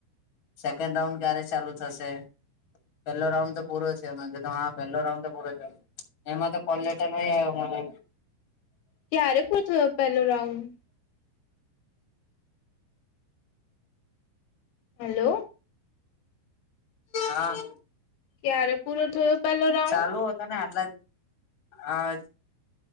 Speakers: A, on the left (about 35°); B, on the left (about 75°).
A: સેકન્ડ રાઉન્ડ ક્યારે ચાલુ થશે પેલો રાઉન્ડ તો પૂરો છે મે કીધું હા પેહેલો રાઉન્ડ તો પૂરો છે એમાં તો કોલ લેટર નહી આવ્યો મને
B: ક્યારે પૂરો થયો પેલો રાઉન્ડ હલો
A: હા
B: ક્યારે પૂરો થયો પેલો રાઉન્ડ
A: ચાલુ હું તને આટલા જ હા